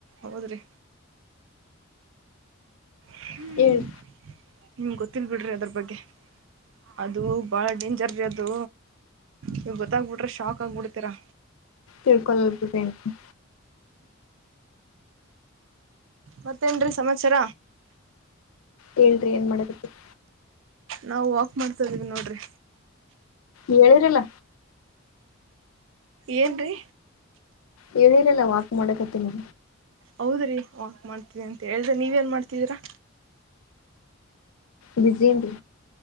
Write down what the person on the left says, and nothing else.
ಹೇಳ್
ಬಳ್ಕೊಲ್ <inaudible>
ಹೇಳ್ರಿ ಏನ್ ಮಾಡಕತ್ತಿರಿ
ಹೇಳಿರಿಲ್ಲ
ಹೇಳಿರಲ್ಲ ವಾಕ್ ಮಡಕತ್ತಿನಿ
ಬಿಸಿ ಏನ್ರಿ